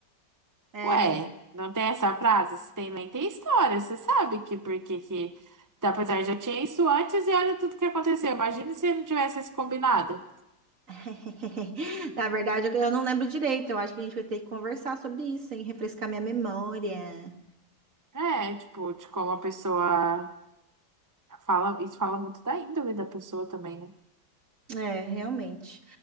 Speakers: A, on the right (about 45°); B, on the right (about 20°).
A: É,
B: Ué,
A: né?
B: não tem essa frase? Se tem mãe, tem história. Você sabe que porque que. que. Tá, pois é, já tinha isso antes e olha tudo que aconteceu. Imagina se não tivesse esse combinado.
A: <laughs> Na verdade, eu eu não lembro direito. Eu acho que a gente vai ter que conversar sobre isso, hein? Refrescar minha memória.
B: É, tipo, de como a pessoa fala. Isso fala muito da índole da pessoa também, né?
A: É, realmente.